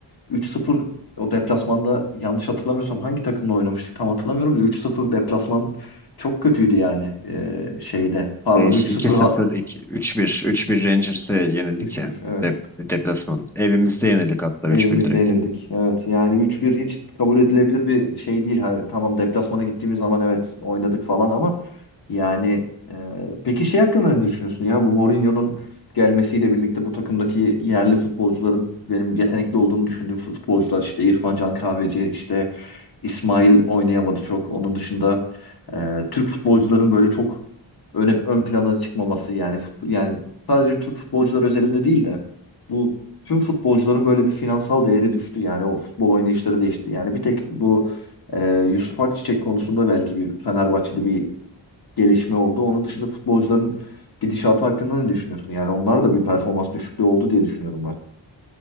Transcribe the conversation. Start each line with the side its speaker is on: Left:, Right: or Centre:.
Left: 3-0 o deplasmanda yanlış hatırlamıyorsam hangi takımla oynamıştık tam hatırlamıyorum da 3-0 deplasman çok kötüydü yani Ee, şeyde. Pardon
Centre: e, 2-0,
Left: 3-0 ha-
Centre: 2 3-1, 3-1 Rangers'e yenildik
Left: 3-1
Centre: ya.
Left: evet.
Centre: Dep deplasman. Evimizde yenildik hatta
Left: Evimizde
Centre: üç bir direkt.
Left: yenildik. Evet yani üç bir hiç kabul edilebilir bir şey değil. Ha, tamam deplasmana gittiğimiz zaman evet oynadık falan ama yani e, peki şey hakkında ne düşünüyorsun ya bu Mourinho'nun gelmesiyle birlikte bu takımdaki yerli futbolcuların benim yetenekli olduğunu düşündüğüm futbolcular işte İrfan Can Kahveci işte İsmail oynayamadı çok. Onun dışında e, Türk futbolcuların böyle çok ön, ön plana çıkmaması yani fut- yani sadece Türk futbolcular özelinde değil de bu tüm futbolcuların böyle bir finansal değeri düştü. Yani o futbol oynayışları değişti. Yani bir tek bu e, Yusuf Akçiçek konusunda belki bir Fenerbahçe'de bir gelişme oldu. Onun dışında futbolcuların gidişatı hakkında ne düşünüyorsun? Yani onlar da bir performans düşüklüğü oldu diye düşünüyorum ben.